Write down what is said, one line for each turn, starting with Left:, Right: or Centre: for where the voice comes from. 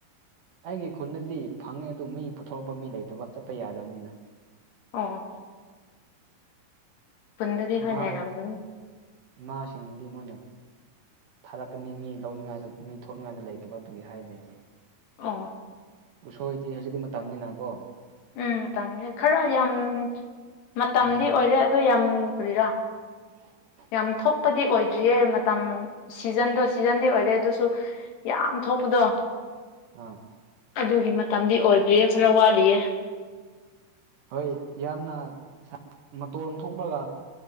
Right: ꯑꯩꯒꯤ ꯈꯨꯟꯗꯗꯤ ꯐꯪꯉꯦ ꯑꯗꯨ ꯃꯤ ꯄꯨꯊꯣꯔꯛꯄ ꯃꯤ ꯂꯩꯇꯕ ꯆꯠꯄ ꯌꯥꯗꯕꯅꯤꯅ
Left: ꯑꯣ ꯐꯨꯟꯗꯗꯤ
Right: ꯏꯃꯥ
Left: ꯍꯣꯏ ꯂꯩꯔꯝꯒꯅꯤ
Right: ꯏꯃꯥꯁꯤꯡꯗꯤ ꯃꯣꯏꯅ ꯊꯥꯔꯛꯀꯅꯤ ꯃꯤ ꯂꯧꯅꯤꯡꯉꯥꯏꯗꯣ ꯃꯤ ꯊꯣꯛꯅꯤꯡꯉꯥꯏꯗꯣ ꯂꯩꯇꯕ ꯑꯗꯨꯒꯤ ꯍꯥꯏꯔ ꯂꯩꯕꯅꯤ
Left: ꯑꯣ
Right: ꯎꯁꯣꯏꯗꯤ ꯍꯧꯖꯤꯛꯇꯤ ꯃꯇꯝꯅꯤꯅ ꯀꯣ
Left: ꯎꯝ ꯃꯇꯝꯅꯤ ꯈꯔ ꯌꯥꯝ ꯃꯇꯝꯗꯤ
Right: ꯎꯝ
Left: ꯑꯣꯏꯔꯦ ꯑꯗꯣ ꯌꯥꯝ ꯀꯔꯤꯔꯥ
Right: <unintelligible>
Left: ꯌꯥꯝ ꯊꯣꯛꯄꯗꯤ ꯑꯣꯏꯗ꯭ꯔꯤꯌꯦ ꯃꯇꯝ ꯁꯤꯖꯟꯗꯣ ꯁꯤꯖꯟꯗꯤ ꯑꯣꯏꯔꯦ ꯑꯗꯨꯁꯨ ꯌꯥꯝ ꯊꯣꯛꯄꯗꯣ
Right: ꯑꯥ
Left: ꯑꯗꯨꯒꯤ ꯃꯇꯝꯗꯤ ꯑꯣꯏꯗ꯭ꯔꯤꯌꯦ ꯈꯔ ꯋꯥꯠꯂꯤꯌꯦ
Right: ꯍꯣꯏ ꯌꯥꯝꯅ ꯃꯇꯣꯟ ꯊꯣꯛꯂꯒ